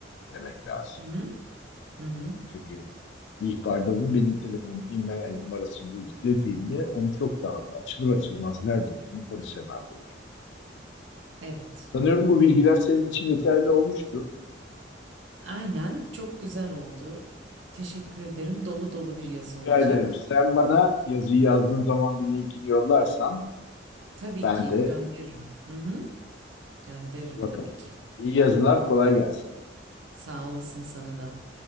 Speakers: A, on the left (about 70°); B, on the right (about 75°).
A: demek lazım.
B: Hı hı. Hı hı.
A: Çünkü bir ihbarda bunun benim telefonum IMEI numarası bu dediğinde onu çok daha hızlı açılır açılmaz nerede olduğunu polis hemen bulur.
B: Evet.
A: Sanıyorum bu bilgiler senin için yeterli olmuştu.
B: Aynen çok güzel oldu. Teşekkür ederim. Dolu dolu bir yazı
A: Rica
B: olacak.
A: ederim. Sen bana yazıyı yazdığın zaman bir linkini yollarsan
B: Tabii
A: ben
B: ki
A: de
B: gönderirim. Hı hı. Gönderirim
A: bakalım.
B: tabii ki.
A: İyi yazılar kolay gelsin.
B: Sağ olasın sana da.